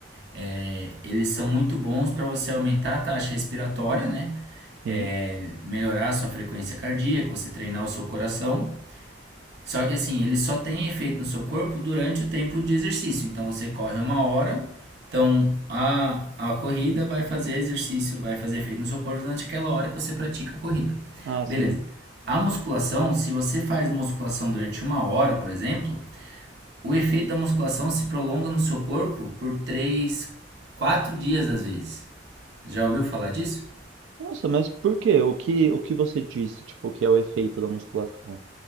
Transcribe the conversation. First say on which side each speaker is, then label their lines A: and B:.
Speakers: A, on the right (about 60°); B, on the right (about 80°).
A: é, eles são muito bons para você aumentar a taxa respiratória, né?
B: Sim.
A: é, melhorar a sua frequência cardíaca, você treinar o seu coração. Só que assim, ele só tem efeito no seu corpo durante o tempo de exercício. Então você corre uma hora, então a, a corrida vai fazer exercício, vai fazer efeito no seu corpo durante aquela hora que você pratica a corrida.
B: Ah,
A: Beleza.
B: sim.
A: A musculação, se você faz musculação durante uma hora, por exemplo, o efeito da musculação se prolonga no seu corpo por três quatro dias às vezes. Já ouviu falar disso?
B: Nossa, mas por quê? O que, o que você disse, tipo, que é o efeito da musculação?